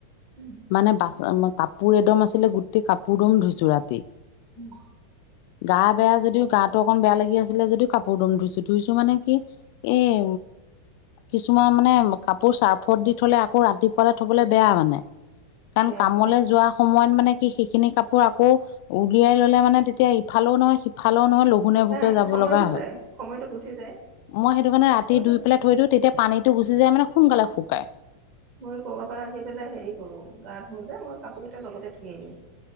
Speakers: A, on the right; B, on the left.
A: উম,
B: মানে বা কাপোৰ এদম আছিলে গোটেই কাপোৰ দম ধুইছোঁ ৰাতি।
A: উম,
B: গা বেয়া যদিও গাটো অকন বেয়া লাগি আছিলে যদিও কাপোৰ দম ধুইছোঁ ধুইছোঁ মানে কি এই কিছুমান মানে কাপোৰ চাৰ্ফত দি থলে আকৌ ৰাতিপুৱালে থবলৈ বেয়া মানে। কাৰণ
A: বেয়া
B: কামলৈ
A: বেয়া
B: যোৱা সময়ত মানে কি সেইখিনি কাপোৰ আকৌ উলিয়াই ললে মানে তেতিয়া ইফালেও নহয় সিফালেও নহয় পোনে
A: নাই
B: বুকে যাব
A: সময়টো
B: লগা হয়।
A: যায় সময়টো গুচি যায়
B: মই সেইটো কাৰণে ৰাতি
A: সময়টো
B: দুই পেলাই থৈ দিওঁ তেতিয়া পানী গুচি যায় মানে সোনকালে শুকাই।
A: মই ক'ৰবাৰ পৰা আহি পেলাই হেৰি কৰো গা ধো যে মই কাপোৰ কেইটা লগতে ধুই দিম।